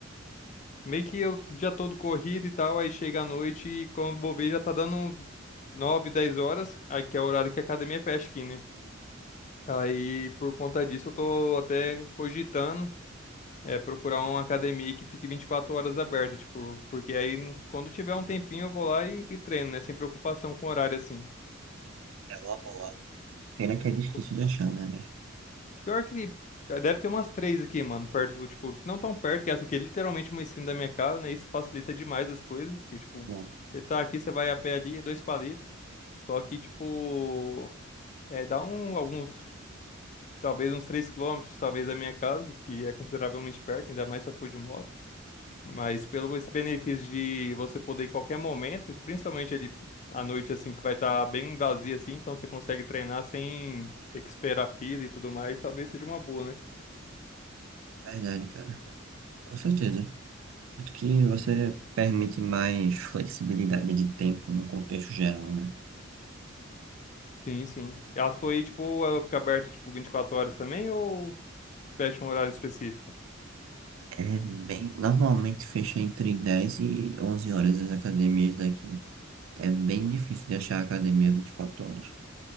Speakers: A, on the left; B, on the right.
A: meio que eu já todo corrido e tal, aí chega à noite e quando vou ver já tá dando 9 10 horas, aí que é o horário que a academia fecha aqui, né? Aí, por conta disso, eu tô até cogitando é, procurar uma academia que fique 24 horas aberta, tipo, porque aí quando tiver um tempinho eu vou lá e, e treino, né? Sem preocupação com horário, assim.
B: É uma boa. Pena que é difícil
A: Co-
B: de achar, né, velho?
A: Pior que é, deve ter umas três aqui, mano, perto do, tipo, não tão perto, que essa aqui é literalmente uma esquina da minha casa, né? Isso facilita demais as coisas, porque, tipo,
B: Bom,
A: você tá aqui, você vai a pé ali, é dois palitos. Só que, tipo, é, dá um, alguns, talvez uns 3 quilômetros, talvez, da minha casa, que é consideravelmente perto, ainda mais se eu for de moto. Mas pelo esse benefício de você poder ir em qualquer momento, e principalmente ali à noite, assim, que vai estar bem vazio, assim, então você consegue treinar sem ter que esperar fila e tudo mais, talvez seja uma boa, né?
B: verdade, cara. Com certeza. Tanto que você permite mais flexibilidade de tempo no contexto geral, né?
A: Sim, sim. Ela foi, tipo, ela fica aberta, tipo, 24 horas também ou fecha um horário específico?
B: É bem, normalmente fecha entre 10 e 11 horas as academias daqui. É bem difícil de achar academia 24 horas